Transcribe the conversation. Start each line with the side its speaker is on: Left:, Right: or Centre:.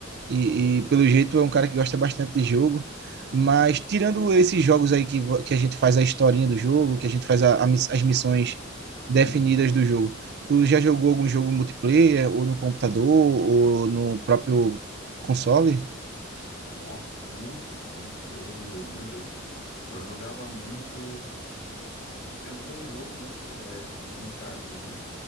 Right: e,
Left: Hum,
Right: e pelo jeito é um cara que gosta bastante de jogo, mas tirando esses jogos aí que, vo- que a gente faz a historinha do jogo, que a gente faz a- a miss- as missões definidas
Left: uhum.
Right: do jogo, tu já jogou algum jogo multiplayer, ou no computador, ou no próprio console?
Left: Nossa, muito, muito. Eu, meu Deus, eu jogava muito. Tem, tem um jogo, né? É, é, Uncharted, né?